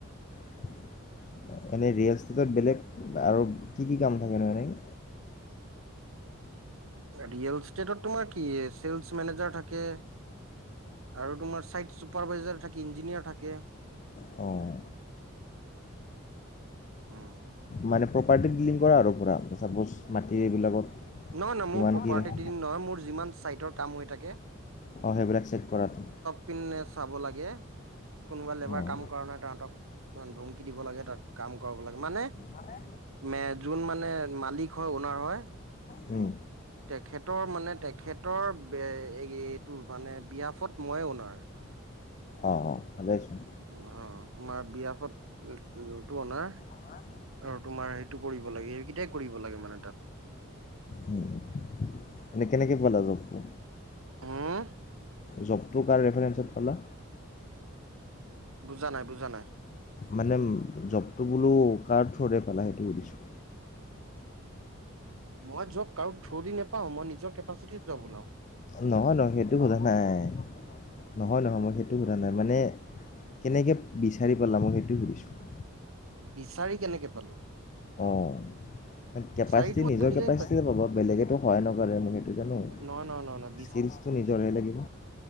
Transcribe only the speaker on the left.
এনেই ৰিয়েল ষ্টেটত বেলেগ আৰু কি-কি কাম থাকেনো এনেই?
অঁ!
মানে প্ৰপাৰ্টি ডিলিং কৰা আৰু পুৰা ছাপ'জ মাটি এইবিলাকত।
কিমান
কি লাগে,
অঁ সেইবিলাক চেক কৰাটো।
অঁ
মানে
হুম!
অঁ অঁ ভালে চোন।
হা!
উম! এনেই কেনেকে পালা জবটো?
জবটো কাৰ ৰেফাৰেঞ্চত পালা?
মানে জবটো বোলো কাৰ থ্ৰৰে পালা সেইটো সুধিছোঁ।
নহয়-নহয় সেইটো সোধা নাই, নহয়-নহয় মই সেইটো সোধা নাই মানে কেনেকে বিচাৰি পালা মই সেইটো সুধিছোঁ?
অঁ! কেপাচিটি
নিজৰ
কেপাচিটি পাব বেলেগেতো সহায় নকৰে মোক সেইটো জানো।
স্কিলছ তটো নিজৰে লাগিব।